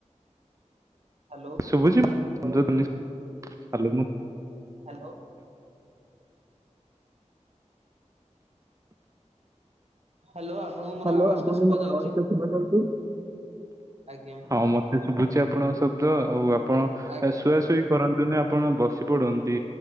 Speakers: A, on the right; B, on the right.
A: ହ୍ୟାଲୋ
B: ସୁବୁଚି। <unintelligible>
A: ହାଲୋ। ହ୍ୟାଲୋ ଆପଣଙ୍କୁ ମୋର
B: ହାଲୋ
A: ଆୱାଜ
B: ଆପଣଙ୍କୁ
A: ଟା ଶୁଭା
B: ମୋରୋ
A: ଯାଉଛି?
B: ଆବାଜ ଟା ଶୁବା ଯାଉଚି।
A: ଆଜ୍ଞା
B: ହଁ ମତେ ଶୁବୁଛି ଆପଣଙ୍କ ଶବ୍ଦ ଆଉ ଆପଣ
A: ଆଜ୍ଞା
B: ଏ ଶୁଆ
A: ଆଜ୍ଞା
B: ଶୁଇ କରନ୍ତୁନି ଆ ଆପଣ ବସି ପଡନ୍ତି।